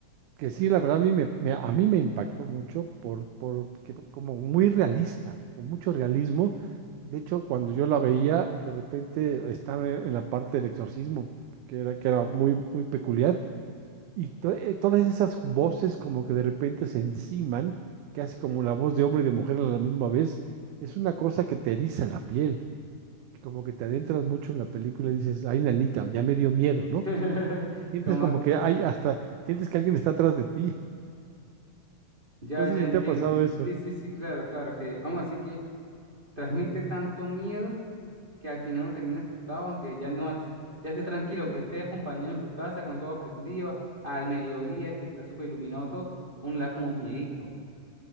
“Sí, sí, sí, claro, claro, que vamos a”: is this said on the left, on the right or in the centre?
Right